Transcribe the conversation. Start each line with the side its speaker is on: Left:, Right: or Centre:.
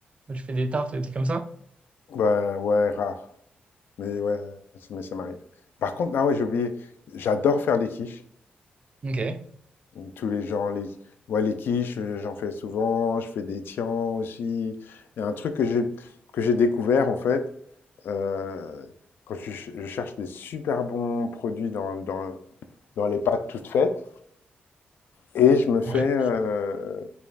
Right: quand tu fais des tartes, des trucs comme ça?
Left: Bah, ouais, rare. Mais ouais, c'est- mais ça m'arrive. Par contre, ah ouais, j'ai oublié, j'adore faire les quiches.
Right: Ok.
Left: Donc, tous les gens les, ouais, les quiches, euh, j'en fais souvent, je fais des tiens aussi. Il y a un truc que j'ai que j'ai découvert en fait, euh, quand je, ch- je cherche des super bons produits dans, dans, dans les pâtes toutes faites, et je me fais,
Right: Ouais.
Left: euh,